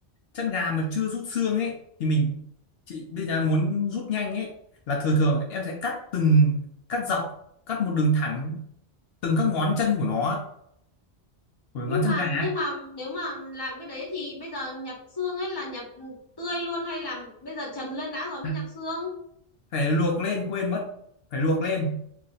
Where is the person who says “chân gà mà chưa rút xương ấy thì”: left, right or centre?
Left